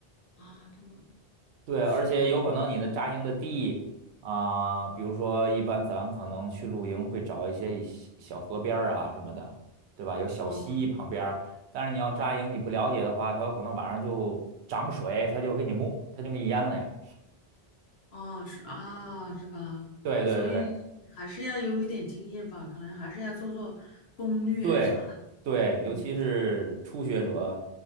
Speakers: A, on the left; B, on the right.
A: 啊，这么
B: 对，
A: 是吧？
B: 而且有可能你的扎营的地啊，比如说一般咱可能去露营会找一些小小河边儿啊什么的，对吧？有小溪旁边儿但是你要扎营你不了解的话，
A: 啊
B: 它有可能晚上就涨水，它就给你没，它就给你淹了呀。
A: 啊，是啊，是吧？
B: 对对对。
A: 所以还是要有一点经验吧，可能还是要做做攻略啥的。
B: 对对，
A: 嗯
B: 尤其是初学者，